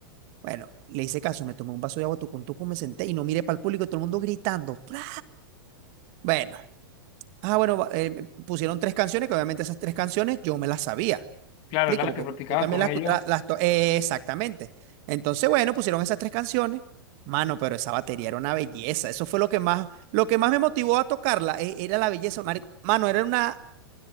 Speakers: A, on the right; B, on the left.
A: Bueno, le hice caso, me tomé un vaso de agua, tucún, tucún, me senté y no miré para el público y todo el mundo gritando. ¡Pra! Bueno, ah, bueno, va- eh, pusieron tres canciones, que obviamente esas tres canciones yo me las sabía.
B: Claro,
A: explico,
B: era lo
A: porque
B: que practicabas
A: yo, yo también
B: con
A: las,
B: ellos.
A: escu- la- las to- eh, exactamente. Entonces, bueno, pusieron esas tres canciones. Mano, pero esa batería era una belleza. Eso fue lo que más, lo que más me motivó a tocarla, e- era la belleza. marico. Mano, era una